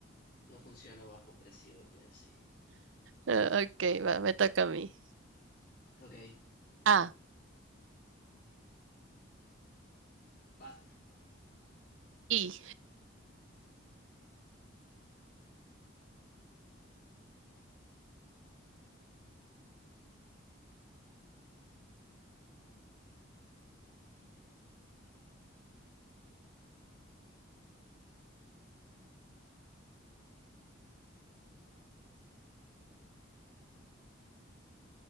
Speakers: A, on the left; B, on the right.
A: No funciona bajo presión, ya sé.
B: Ah, ok, va, me toca a mí.
A: Ok,
B: Ah,
A: basta.
B: y.